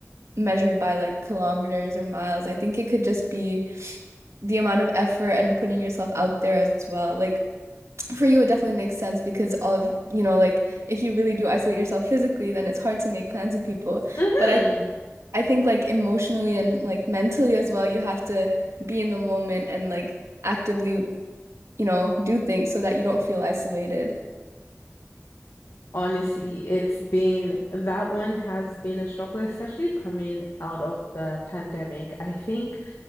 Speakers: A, on the right (about 80°); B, on the left (about 75°).
A: measured by like kilometers or miles. I think it could just be the amount of effort and putting yourself out there as well. Like for you, it definitely makes sense because all of, you know, like if you really do isolate yourself physically, then it's hard to make plans with people.
B: hmm
A: But I I think like emotionally and like mentally as well, you have to be in the moment and like actively, you know, do things so that you don't feel isolated.
B: Honestly, it's been that one has been a struggle, especially coming out of the pandemic. I think